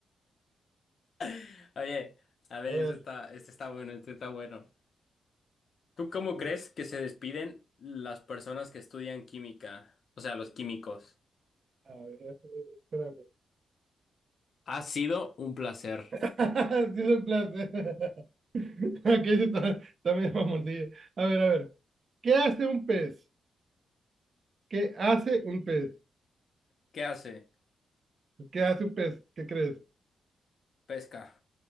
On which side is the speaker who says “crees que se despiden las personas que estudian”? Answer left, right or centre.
Left